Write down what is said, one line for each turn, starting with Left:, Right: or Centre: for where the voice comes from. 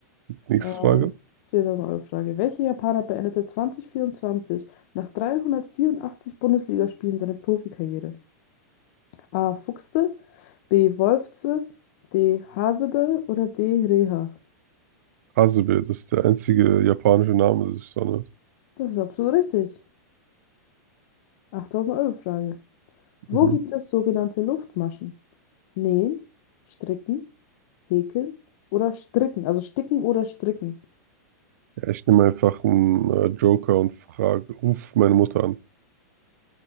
Right: Nächste
Left: Ähm,
Right: Frage.
Left: 4000-Euro Frage. Welcher Japaner beendete 2024 nach 384 Bundesligaspielen seine Profikarriere? A. Fuchste, B. Wolfze, D. Hasebe oder D. Reha?
Right: Hasebe, das ist der einzige japanische Name, das ist so nett.
Left: Das ist absolut richtig. 8000-Euro Frage. Wo
Right: Mhm.
Left: gibt es sogenannte Luftmaschen? Nähen, Stricken, Häkeln oder Stricken? Also Sticken oder Stricken.
Right: Ja, ich nehme einfach einen äh, Joker und frage, ruf meine Mutter an.